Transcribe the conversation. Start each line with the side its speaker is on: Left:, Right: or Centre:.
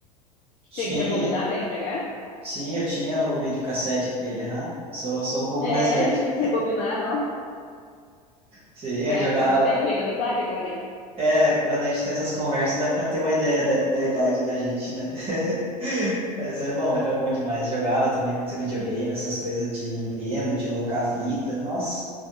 Right: Sim,
Left: Tinha que rebobinar
Right: é-
Left: pra entregar?
Right: sim, eu tinha o videocassete aquele, aham. Sou, sou um pouco
Left: É,
Right: mais velho.
Left: que tinha que rebobinar, nossa.
Right: Sim, eu
Left: É,
Right: jogava.
Left: tá, tá entregando a idade agora, hein?
Right: É, quando a gente tem essas conversas, dá pra ter uma ideia da, da idade da gente, né? <laughs> Mas é bom, era bom demais. Jogava também muito videogame, essas coisas de Nintendo, de locar fita. Nossa,